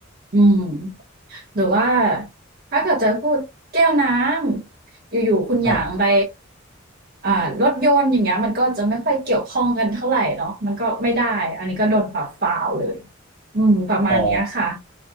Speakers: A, on the right (about 50°); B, on the right (about 70°).
A: อืมหรือว่าถ้าเกิดจะพูดแก้วน้ำอยู่ๆคุณหยางไป
B: ครับ
A: อ่ารถยนต์อย่างเงี้ยมันก็จะไม่ค่อยเกี่ยวข้องกันเท่าไหร่เนาะมันก็ไม่ได้อันนี้ก็โดนปรับฟาวเลยอืมประมาณนี้ค่ะ
B: อ๋อ